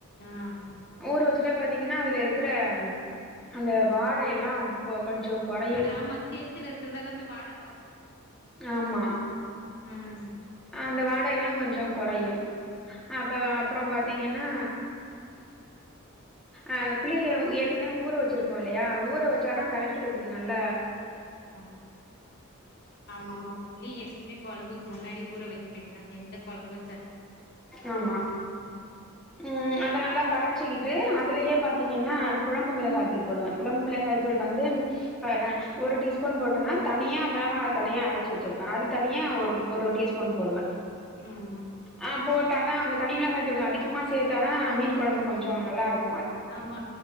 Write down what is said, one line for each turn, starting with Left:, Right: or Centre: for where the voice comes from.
Left: ஆ
Centre: ஊற வச்சுட்டா பாத்தீங்கன்னா அதுல க்ற அந்த வாடை எல்லாம் கொ கொஞ்சம் குறையும்
Left: போயிடு ஆமா சேத்துல இருக்கிறதெல்லா இந்த வாட
Centre: ஆமா
Left: உம்
Centre: அந்த வாடை எல்லாம் கொஞ்சம் குறையும் அப்ப அப்புறம் பார்த்தீங்கன்னா அஹ் புளி உயர் ஊற வச்சிருப்போம் இல்லையா ஊற வச்சாதான் கரைக்கிறதுக்கு நல்ல
Left: ஆஹ ஆமா ஆமா புளி எப்பவுமே கோழம்புக்கு முன்னாடி ஊற வைக்க வேண்டியதா எந்த குழம்பு
Centre: ஆமா உம் அத நல்லா கரைச்சிக்கிட்டு அதுலயே பாத்தீங்கன்னா குழம்பு மிளகாய் தூள் போடுவே குழம்பு மிளகாய் தூள் பர வந்து ஆஹ ஒரு டீஸ்பூன் போட்டோனா தனியா மிளகாய் தனியா அரைச்சு வச்சிருப்பேன் அது தனியா ஒரு ஒரு டீஸ்பூன் போடுவே
Left: ஆமா
Centre: ஆஹ் போட்டால் தான் அந்த தனிமிளகாய தூள் அதிகமாக சேர்த்தா தான் மீன் குழம்பு கொஞ்சம் நல்லாயிருக்
Left: ஆமா